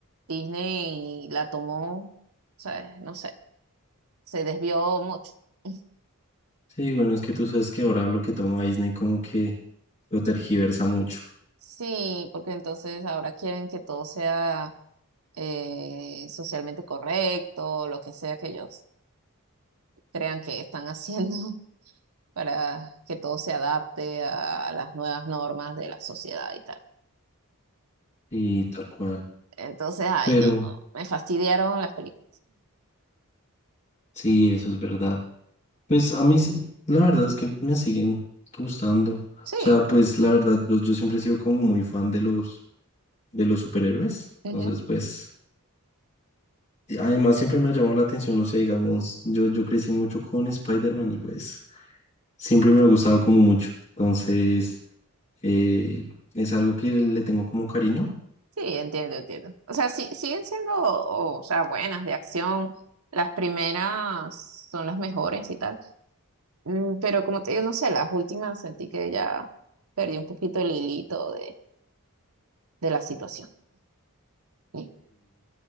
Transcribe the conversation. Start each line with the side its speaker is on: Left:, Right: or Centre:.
Right: Disney la tomó, o sea, no sé, se desvió mucho. <laughs>
Left: Sí, bueno, es que tú sabes que ahora lo que toma Disney como que lo tergiversa mucho
Right: Sí, porque entonces ahora quieren que todo sea eh, socialmente correcto, lo que sea que ellos. crean que están haciendo <laughs> para que todo se adapte a las nuevas normas de la sociedad y tal.
Left: y tal cual.
Right: Entonces, ay,
Left: Pero
Right: no, me fastidiaron las películas.
Left: sí, eso es verdad. Pues a mí, s- la verdad es que me siguen gustando.
Right: Sí,
Left: O sea,
Right: bueno,
Left: pues la verdad, yo, yo siempre he sido como muy fan de los, de los superhéroes.
Right: ujú,
Left: Entonces, pues, y además siempre me ha llamado la atención, o sea, digamos, yo, yo crecí mucho con Spider-Man y pues siempre me ha gustado como mucho. Entonces, eh, es algo que le tengo como cariño.
Right: sí, entiendo, entiendo. O sea, sí, siguen siendo, o sea, buenas de acción. Las primeras son las mejores y tal. Mm, Pero como te digo, no sé, las últimas sentí que ya perdí un poquito el hilito de, de la situación. Sí.